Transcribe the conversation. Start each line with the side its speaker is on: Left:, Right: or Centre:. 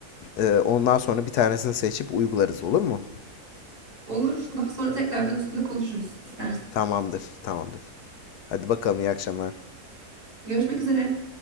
Left: Ee, ondan sonra bir tanesini seçip uygularız, olur mu?
Right: Olur. Daha sonra tekrardan üstünde konuşuruz istersen.
Left: Tamamdır, tamamdır. Hadi bakalım, iyi akşamlar.
Right: Görüşmek üzere.